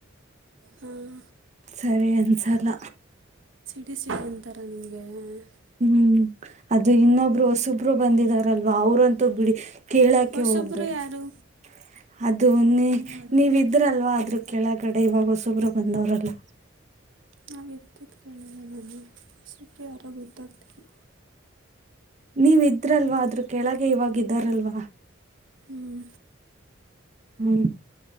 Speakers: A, on the right; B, on the right.
A: ಹ್ಮ್.
B: ಸರಿ ಅನಿಸಲ್ಲ.
A: ಪಿ ಸಿ ಅಂತರ ನಿಮಗೆ
B: ಹ್ಮ್ ಅದು ಇನ್ನೊಬ್ಬರು ಹೊಸಬರು ಬಂದಿದಾರಲ್ವಾ ಅವರಂತ. ತು ಬಿಡಿ ಕೇಳಕೆ
A: ಹೊಸಬ್ರು
B: ಹೋಗ್ಬೇಡಿ--ಅದು
A: ಯಾರು
B: ನೀ
A: ಹೆಂಗೆ ಮಾಡಲಿ
B: ನೀವ ಇದ್ರಲ್ವಾ ಅದ್ರ ಕೇಳಗಡೆ ಇವಾಗ ಹೊಸುಬರು ಬಂದವ್ರೆಲ್ಲ.
A: ನಾವು ಎದ್ದು <unintelligible> ಸುಪ್ಪಿಯಾರ ಗೊತ್ತಾಗ್ತಿಲ್ಲ.
B: ನೀವ್ ಇದ್ರಲ್ವಾ ಅದ್ರ ಕೆಳಗೆ ಇವಾಗ ಇದ್ದಾರಲ್ವ
A: ಹ್ಮ್
B: ಹ್ಮ